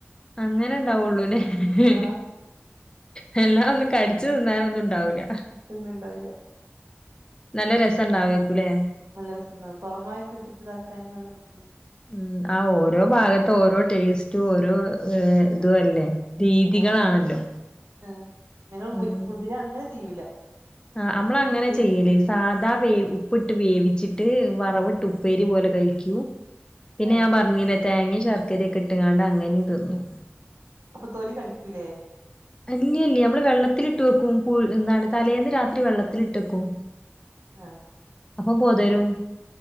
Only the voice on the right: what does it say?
ആഹ്
തിന്ന്ണ്ടാവില്ല
നല്ല രസണ്ടാവും തുറമായിക്കെ ഇട്ടിട്ട്താക്കാനും നല്ല രസണ്ടാവും
ആഹ് ആഹ് ഞങ്ങള് മു
മുതിര അങ്ങനെ ചെയ്യൂല.
ഉപ്പ്
ആഹ്
അപ്പൊ തൊലി കടിക്കൂലേ?
ആഹ്